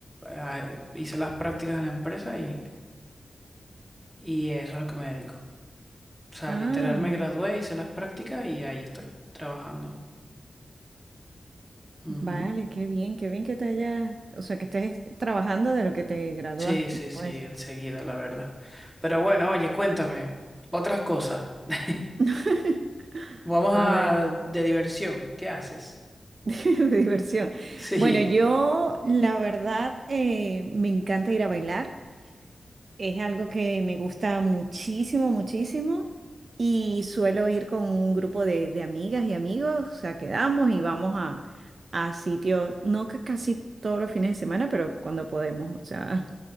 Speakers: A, in the centre; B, on the right.
A: eh, hice las prácticas en la empresa y Y eso es lo que me dedico. O sea,
B: Ah,
A: literal me gradué,
B: ya.
A: hice las prácticas y ahí estoy, trabajando. Ujú.
B: vale, qué bien, qué bien que te hayas, o sea, que estés trabajando de lo que te graduaste,
A: Sí, sí, sí,
B: pues.
A: enseguida, la verdad. Pero bueno, oye, cuéntame, otras cosas. <laughs>
B: <laughs>
A: Vamos a
B: A ver.
A: de diversión, ¿qué haces?
B: <laughs> De diversión.
A: Sí,
B: Bueno, yo la verdad eh, me encanta ir a bailar. Es algo que me gusta muchísimo, muchísimo. Y suelo ir con un grupo de, de amigas y amigos. O sea, quedamos y vamos a, a sitios, no que casi todos los fines de semana, pero cuando podemos. O sea,